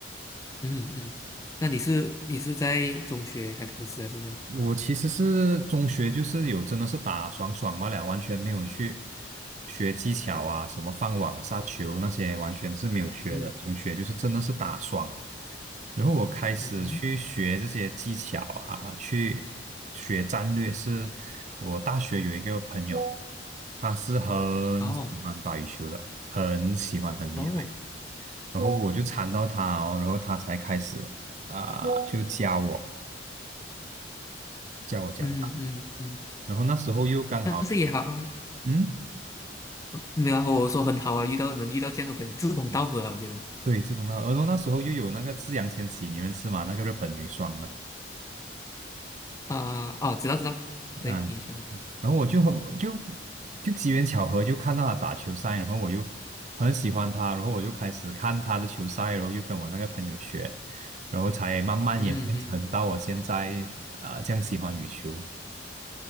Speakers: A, on the left (about 20°); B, on the right (about 40°).
A: 嗯嗯，那你是你是在中学才开始还是怎样？
B: 我其实是中学就是有真的是打爽爽嘛了，完全没有去学技巧啊，什么放网、杀球那些完全是没有学的。
A: 嗯
B: 中学就是真的是打爽，然后我开始去学这些技巧啊，
A: 嗯，
B: 去学战略。是我大学有一个朋友，他是很喜欢打羽球的，
A: 哦
B: 很喜欢，很厉害。
A: 哦，
B: 然后我就缠到他哦，然后他才开始啊、就教我，教我讲。
A: 嗯嗯嗯，
B: 然后那时候又刚好有，
A: 但是也好，
B: 嗯，
A: 没有啊我说很好啊，遇到能遇到这样的朋友，志同道合啊，
B: 嗯
A: 我觉得
B: 对，志同道合。然后那时候又有那个志扬千玺，你认识吗？那个日本女双的
A: 啊、啊，知道知道，对，
B: 啊。
A: 你想，
B: 然后我就很就就机缘巧合就看到她打球赛，然后我就很喜欢他，然后我就开始看他的球赛，然后又跟我那个朋友学，然后才慢慢演变成到我现在啊、
A: 嗯嗯。
B: 呃这样喜欢羽球。